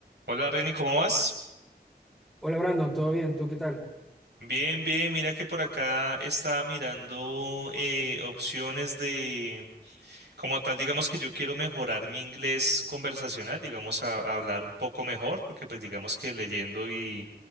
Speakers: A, on the right; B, in the centre.
A: Hola Reni, ¿cómo vas?
B: Hola Brandon, ¿todo bien? ¿Tú qué tal?
A: Bien, bien, mira que por acá estaba mirando eh, opciones de, como tal, digamos que yo quiero mejorar mi inglés conversacional, digamos, a, a hablar un poco mejor, porque pues digamos que leyendo y,